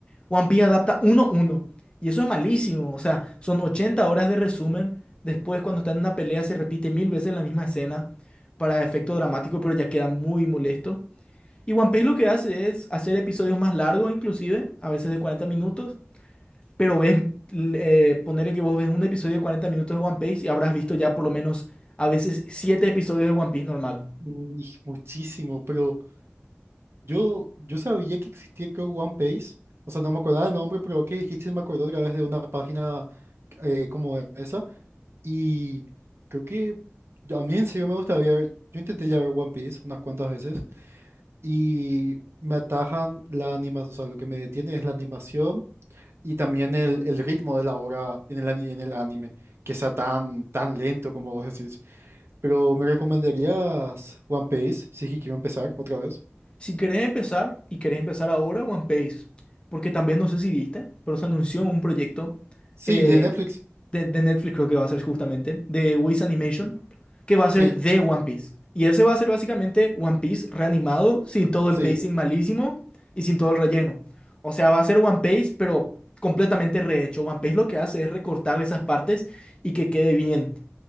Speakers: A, on the left (about 25°); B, on the right (about 65°).
A: One Piece adapta uno, uno. Y eso es malísimo. O sea, son 80 horas de resumen. Después, cuando están en una pelea, se repite mil veces la misma escena para efecto dramático, pero ya queda muy molesto. Y One Piece lo que hace es hacer episodios más largos, inclusive, a veces de 40 minutos pero ves, l- eh, ponele que vos ves un episodio de 40 minutos de One Piece y habrás visto ya por lo menos a veces 7 episodios de One Piece normal.
B: Mm, y Muchísimo, pero yo, yo sabía que existía, creo, One Piece. O sea, no me acordaba el nombre, pero que dijiste, me acordó otra vez de una página eh, como esa. Y creo que yo- a mí en serio me gusta ver. Yo intenté ya ver One Piece unas cuantas veces y me atajan la animación. O sea, lo que me detiene es la animación y también el, el ritmo de la obra en el, ani- en el anime, que sea tan, tan lento como vos decís. Pero ¿me recomendarías One Piece? Sí, que quiero empezar otra vez.
A: Si querés empezar, y querés empezar ahora, One Piece, porque también no sé si viste, pero se anunció un proyecto
B: Sí,
A: eh,
B: de Netflix.
A: de, de Netflix, creo que va a ser justamente, de Wiz Animation, que va a
B: Sí,
A: ser de One Piece. Y ese va a ser básicamente One Piece reanimado, sin todo
B: sí.
A: el pacing malísimo y sin todo el relleno. O sea, va a ser One Piece, pero completamente rehecho. One Piece lo que hace es recortar esas partes y que quede bien.